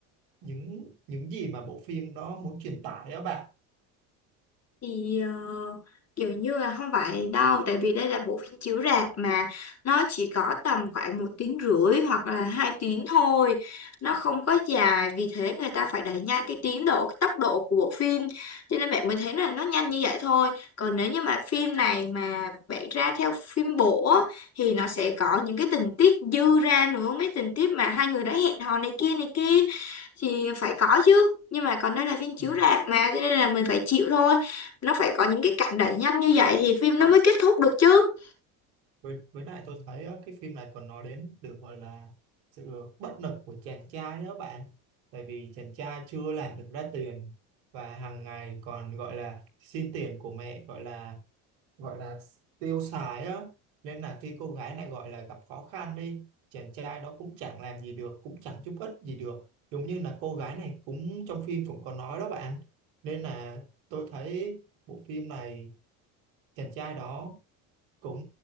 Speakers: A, on the right; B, on the left.
A: những những gì mà bộ phim đó muốn truyền tải đó bạn
B: thì ờ, kiểu như là không phải đâu tại vì đây là bộ phim chiếu rạp mà nó chỉ có tầm khoảng một tiếng rưỡi hoặc là hai tiếng thôi nó không có dài vì thế người ta phải đẩy nhanh cái tiến độ cái tốc độ của bộ phim cho nên bạn mới thấy là nó nhanh như vậy thôi còn nếu như mà phim này mà bạn ra theo phim bộ á, thì nó sẽ có những cái tình tiết dư ra nữa mấy tình tiết mà hai người đã hẹn hò này kia này kia thì phải có chứ nhưng mà còn đây là phim chiếu
A: ừ.
B: rạp mà cho nên là mình phải chịu thôi nó phải có những cái cảnh đẩy nhanh như vậy thì phim nó mới kết thúc được chứ
A: với, với lại tôi thấy á, cái phim này còn nói đến được gọi là sự bất lực của chàng trai đó bạn tại vì chàng trai chưa làm được ra tiền và hàng ngày còn gọi là xin tiền của mẹ gọi là gọi là tiêu xài á nên là khi cô gái này gọi là gặp khó khăn đi chàng trai đó cũng chẳng làm gì được cũng chẳng giúp ích gì được giống như là cô gái này cũng trong phim cũng có nói đó bạn nên là tôi thấy bộ phim này chàng trai đó cũng